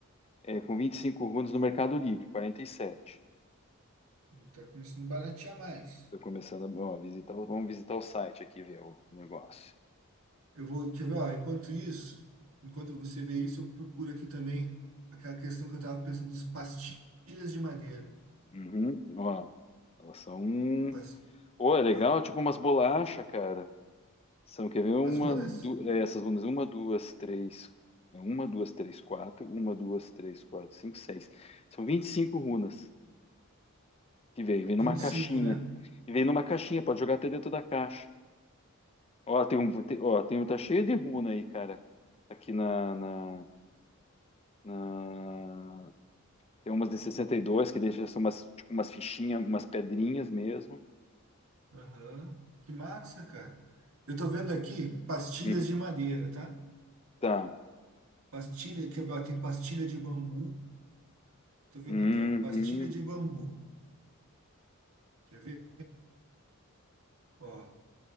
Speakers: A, on the left; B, on the right.
A: é, com 25 runas no Mercado Livre, quarenta e sete
B: Tá começando a baratear mais.
A: Estou começando a ó, visitar, o- vamos visitar o site aqui, ver o negócio.
B: Eu vou, quer ver, ó, enquanto isso, enquanto você vê isso, eu procuro aqui também aquela questão que eu tava pensando dos pastilhas de madeira.
A: Uhum, ó, elas são... um-
B: Pas-
A: Ô, é legal,
B: ah,
A: tipo umas bolachas, cara. São, quer ver, uma,
B: as runas?
A: du- é, essas bundas, uma, duas, três, uma, duas, três, quatro, uma, duas, três, quatro, cinco, seis. São 25 runas que vem, vem numa
B: vinte e
A: caixinha.
B: cinco, né?
A: E vem numa caixinha, pode jogar até dentro da caixa. Ó, tem um, tem- ó, tem um, tá cheio de runa aí, cara. Aqui na, na, na- Tem umas de 62 que deixa são umas, tipo, umas fichinhas, umas pedrinhas mesmo.
B: Aham. Que massa, cara. Eu tô vendo aqui pastilhas
A: Uhum.
B: de madeira, tá?
A: Tá.
B: Pastilha, quer ver? ó, Tem pastilha de bambu. Tô vendo
A: Uhum.
B: aqui, ó. Pastilha de bambu. Quer ver? Ó,